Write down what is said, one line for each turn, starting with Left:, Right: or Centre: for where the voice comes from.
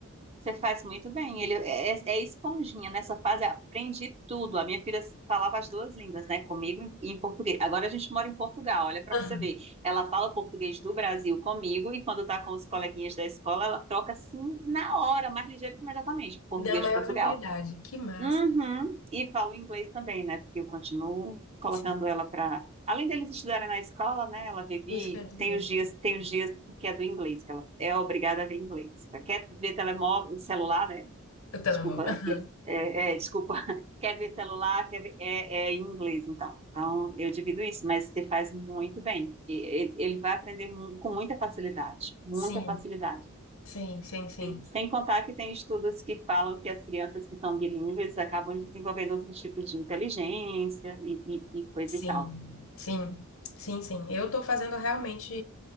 Right: Você faz muito bem. Ele é, é- é esponjinha. Nessa fase, aprendi tudo. A minha filha falava as duas línguas, né? Comigo e em português. Agora a gente mora em Portugal, olha para
Left: Aham.
Right: você ver. Ela fala português do Brasil comigo e quando tá com os coleguinhas da escola, ela troca assim na hora, mais ligeiro que imediatamente, português
Left: Na maior
Right: de Portugal.
Left: tranquilidade. Que massa.
Right: Uhum. E falo inglês também, né? Porque eu continuo colocando
Left: Sim.
Right: ela para. Além deles estudarem na escola, né? Ela vive,
Left: Isso quer dizer.
Right: tem os dias, tem os dias que é do inglês, que ela é obrigada a ver inglês. Quer ver telemóvel, celular, né?
Left: O telemóvel.
Right: Desculpa,
Left: <laughs>
Right: aquele, é, é, desculpa, <laughs> quer ver celular, quer ver, é, é em inglês, então. Então, eu divido isso, mas você faz muito bem. E- Ele, ele vai aprender mu- com muita facilidade, muita
Left: Sim,
Right: facilidade.
Left: sim, sim, sim.
Right: Sem sem contar que tem estudos que falam que as crianças que são bilíngues acabam desenvolvendo outros tipos de inteligência e, e- e coisa
Left: Sim,
Right: e tal.
Left: sim, sim, sim. Eu estou fazendo realmente,